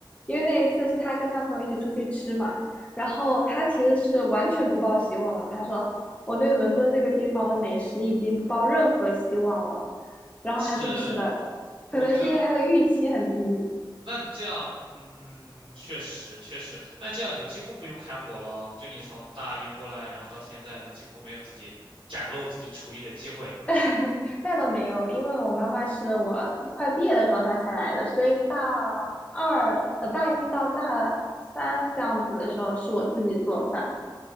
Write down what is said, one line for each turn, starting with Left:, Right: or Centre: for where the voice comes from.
Left: 因为那一次是他跟他朋友一起出去吃嘛，然后他其实是完全不抱希望了。他说我对伦敦这个地方的美食已经不抱任何希望了。然后他去吃的，
Right: 是，我觉得
Left: 可能是因为他的预期很低，
Right: 那你这样，嗯，确实确实，那这样你就几乎不用开火了，就你从大一过来，然后到现在就几乎没有自己展露自己厨艺的机会。
Left: <laughs> 那倒没有，因为我妈妈是我快毕业的时候她才来的，所以大二呃大一到大三这样子的时候是我自己做饭。